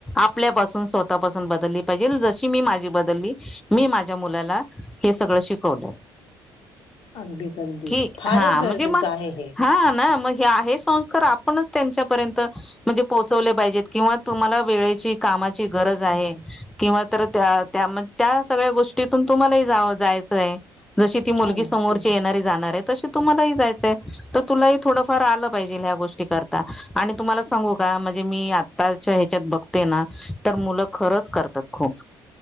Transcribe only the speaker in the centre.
आपल्यापासून, स्वतःपासून बदलली पाहिजे. जशी मी माझी बदलली मी माझ्या, मुलाला हे सगळ शिकवलं.
की
हा,
म्हणजे मग,
हा ना, मग हे आहे संस्कार आपणच तुमच्यापर्यंत म्हणजे पोहचवले पाहिजे किंवा तुम्हाला वेळेची कामा ची गरज आहे
किंवा तर त्या त्या म त्या सगळ्या गोष्टीतून तुम्हालाही जावं- जायचंय. जशी ती मुलगी
समोरची येणारी, जाणार आहेत. तसं तुम्हालाही जायचंय तर तुलाही थोडंफार आलं पाहिजे ह्या गोष्टी करता, आणि तुम्हाला सांगू का? म्हण म्हणजे मी आताच्या ह्याच्यात बघते ना, तर मुलं खरचं करतात खूप.